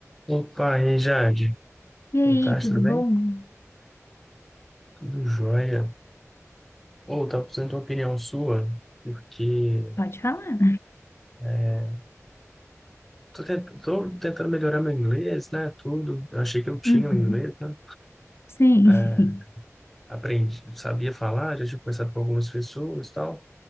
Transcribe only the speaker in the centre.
Opa, e aí, Jade?
Boa tarde,
tudo bem?
Tudo jóia. Ou, tá precisando de uma opinião sua, porque
é, tô, tent- tô tentando melhorar meu inglês, né? Tudo. Eu achei que eu tinha
o inglês, né?
É,
aprendi, sabia falar, já tinha conversado com algumas pessoas e tal,